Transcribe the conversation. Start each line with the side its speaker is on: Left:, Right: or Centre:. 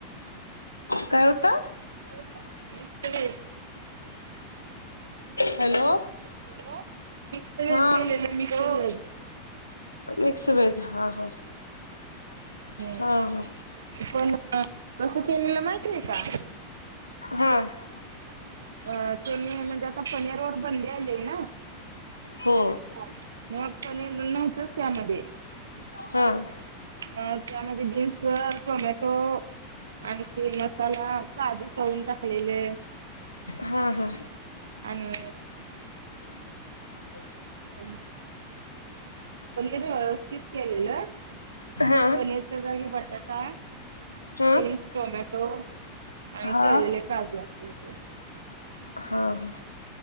Left: काय होता
Right: काय होत mix veg
Left: hello
Right: hello mix वहेज
Left: हा
Right: केलेलं मिक्स
Left: मिक्स वेज हा हा
Right: आणि
Left: हा हा!
Right: पण कसं केलेलं माहितीय का?
Left: ह!
Right: अ ते मी म्हणजे आता पनीर वर बंदी आणली ना?
Left: हो
Right: मग पण नव्हतच त्यामध्ये
Left: हम!
Right: अ त्यामध्ये भेसळ टोमॅटो आणखी मसाला काजू तळून टाकलेले.
Left: हा हा!
Right: आणि
Left: हम् <unintelligible>
Right: हॅलो! पनीर व्यवस्थित केलेलं
Left: हा
Right: पनीरच्या जागी बटाटा
Left: हा
Right: बीन्स टोमॅटो आणि
Left: हा
Right: तळलेले काजू अस होत.
Left: हा हा!